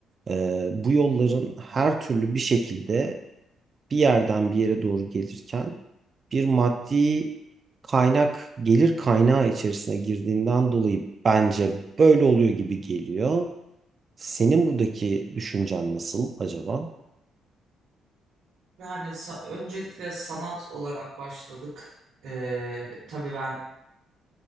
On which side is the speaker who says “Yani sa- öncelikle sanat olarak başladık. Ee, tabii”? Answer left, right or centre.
Right